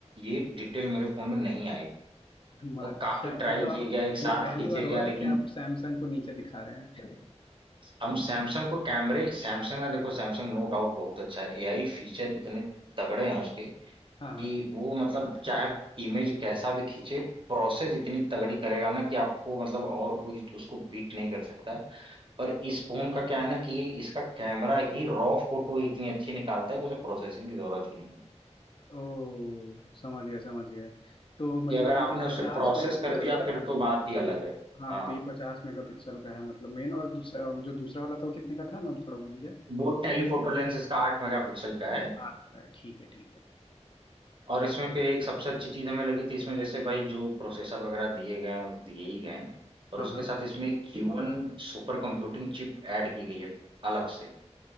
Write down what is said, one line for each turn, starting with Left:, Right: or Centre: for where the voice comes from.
Right: ये डिटेल मेरे फोन में नहीं आई तो
Left: हम्म, अच्छा
Right: काफी ट्राई
Left: मतलब
Right: किए
Left: आप
Right: गया एक साथ
Left: ये पहली
Right: खींचे
Left: बार हो
Right: गया
Left: रहा
Right: लेकिन
Left: है कि आप सैमसंग को नीचे दिखा रहे हैं
Right: हम सैमसंग को कैमरे सैमसंग ना देखो सैमसंग नो डाउट बहुत अच्छा है एआई फीचर इतने तगड़े हैं उसके
Left: <laughs> हाँ हाँ
Right: कि वो मतलब चाहे इमेज कैसा भी खींचे प्रोसेस इतनी तगड़ी करेगा ना कि आपको मतलब और कोई उसको बीट नहीं कर सकता है पर इस फोन का क्या है ना कि ये इसका कैमरा ही रॉ फोटो ही इतनी अच्छी निकालता है कि उसे प्रोसेसिंग की जरूरत ही नहीं है
Left: ओ समझ गया समझ गया तो मतलब
Right: कि अगर आपने
Left: ये पचास
Right: उसे प्रोसेस
Left: मेगापिक्सल
Right: कर दिया
Left: का था
Right: फिर तो बात ही अलग है
Left: हाँ
Right: हाँ
Left: तो ये पचास मेगापिक्सल का है मतलब मेन और दूसरा जो दूसरा वाला था वो कितने का था मैं थोड़ा भूल गया
Right: वो टेलीफोटो लेंस इसका आठ मेगापिक्सल का है
Left: आठ का है ठीक है ठीक है
Right: और इसमें फिर एक सबसे अच्छी चीज हमें लगी थी इसमें जैसे भाई जो प्रोसेसर वगैरह दिए गए हैं वो तो दिए ही गए हैं और
Left: हाँ
Right: उसके
Left: हाँ
Right: साथ इसमें एक Q one super computing chip add की गई है अलग से